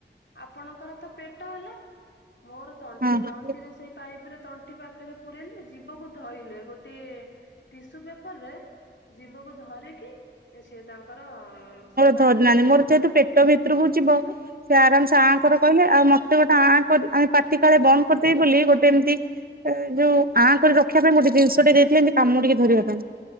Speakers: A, on the left (about 75°); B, on the right (about 55°).
A: ଆପଣଙ୍କର ତ ପେଟ ହେଲା। ମୋର ତଣ୍ଟି
B: ହଁ ହଁ
A: ତଣ୍ଟି ରେ ସେଇ ପାଇପ ରେ ତଣ୍ଟି ପାଖରେ ପୁରେଇଲେ ଜିବକୁ ଧଇଲେ ଗୋଟ ଟି ଟିସୁ ପେପର ରେ ଜୀବକୁ ଧରିକି ସେ ତାଙ୍କର ସେ
B: ପରିନାହାନ୍ତି ମୋର ଜେହେତୁ ପେଟ ଭିତୁରୁକୁ ଯିବ ସେ ଆରାମ ସେ ଆଁଙ୍କର କଇଲେ ଆଉ ମତେ ଗୋଟେ ଆଁ କରି ମାନେ ପାଟି କାଳେ ବନ୍ଦ କରିଦେବି ବୋଲି ଗୋଟେ ଏମିତି ଯୋଉ ଆଁ କରି ରଖିବା ପାଇଁ ଗୋଟେ ଜିନିଷ ଟେ ଦେଇଥିଲେ ଏମିତି କାମୁଡ଼ିକି ଧରିବା ପାଇଁ।